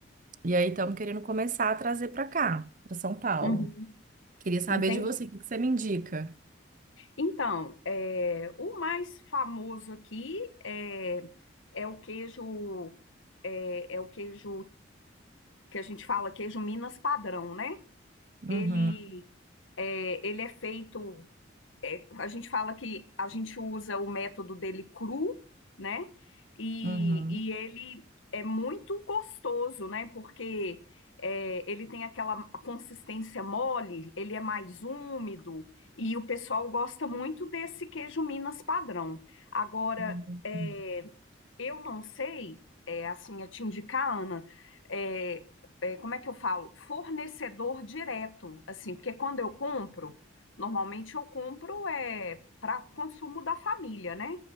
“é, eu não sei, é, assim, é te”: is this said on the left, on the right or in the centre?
Left